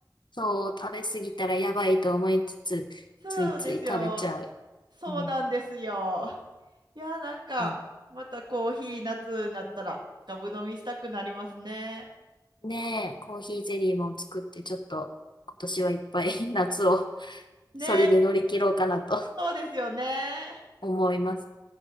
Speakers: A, on the left; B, on the right.
A: そう、食べ過ぎたらやばいと思いつつ、
B: <laughs> そうですよ
A: ついつい食べちゃう。
B: そうなんですよ。
A: うん、
B: いやなんかまたコーヒー夏になったらガブ飲みしたくなりますね。
A: いや、ねえ、コーヒーゼリーも作ってちょっと今年はいっぱい <laughs> 夏を
B: ね
A: それで乗り切ろうかなと
B: そうですよね。
A: 思います。